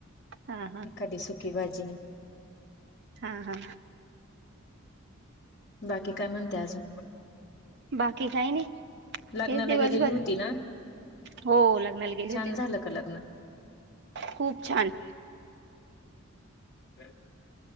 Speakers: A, on the right; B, on the left.
A: हा हा
B: एखादी सुकी भाजी
A: हा हा.
B: बाकी काय म्हणते अजून
A: बाकी काही नाही
B: लग्नाला
A: हे दिवसभर
B: गेलेली होती ना
A: हो लग्नाला गेले होते
B: छान
A: ना.
B: झालं का लग्न
A: खूप छान.
B: हम.